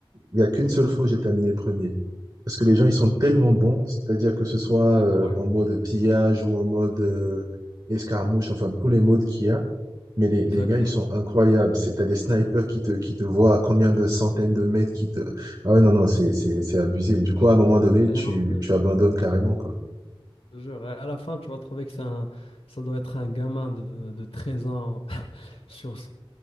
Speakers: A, on the right; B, on the left.
A: il n'y a qu'une seule fois où j'ai terminé premier. Parce que les gens, ils sont tellement bons, c'est-à-dire que ce soit
B: C'est Incroyable.
A: euh, en mode pillage ou en mode euh, escarmouche, enfin tous les modes qu'il y a. Mais les,
B: Exactement,
A: les gars, ils sont incroyables. C'est, t'as des snipers qui te, qui te voient à combien de centaines de mètres qui te... Ah ouais, non, non, c'est, c'est, c'est abusé.
B: je
A: Du
B: te
A: coup,
B: jure.
A: à un moment donné,
B: Et
A: tu,
B: en plus,
A: tu abandonnes carrément, quoi.
B: je te jure, à la fin, tu vas trouver que c'est un- ça doit être un gamin de, de 13 ans <laughs> sur son-